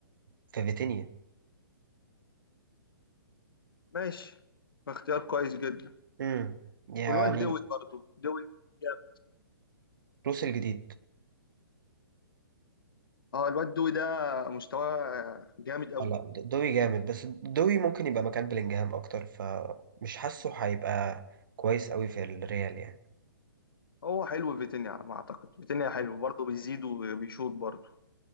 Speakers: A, on the right; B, on the left.
A: في فيتينيا
B: ماشي اختيار كويس جدا
A: امم يعني
B: والواد دوي برضو دوي جامد
A: روس الجديد
B: اه الواد دوي ده مستواه جامد قوي
A: آه، لا دوي جامد بس دوي ممكن يبقى مكان بلينجهام اكتر فمش حاسه هيبقى كويس قوي في الريال يعني
B: هو حلو فيتينيا على ما اعتقد فيتينيا حلو برضه بيزيد وبيشوط برضه